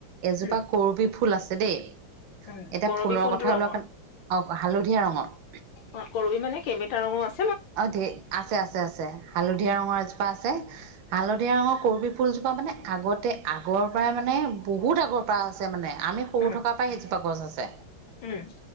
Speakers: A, on the right (about 80°); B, on the left (about 70°).
A: এজোপা
B: উম
A: কৰবী ফুল আছে দেই।
B: উম,
A: এতিয়া
B: কৰবি
A: ফুলৰ
B: কোনটো
A: কথা
B: ৰঙৰ?
A: ওলোৱা অ হালধীয়া ৰঙৰ।
B: অ কৰবী মানে কেইবিটা ৰংঙো আছ
A: অ ধেৰ আছে আছে আছে হালধীয়া
B: উম,
A: ৰঙৰ এজোপা আছে। হালধীয়া ৰঙৰ কৰবী ফুলজোপা মানে আগতে আগৰ পৰাই মানে বহুত আগৰ পৰা আছে মানে আমি সৰু
B: উম,
A: থকা পৰাই সেইজোপা গছ আছে।
B: উম,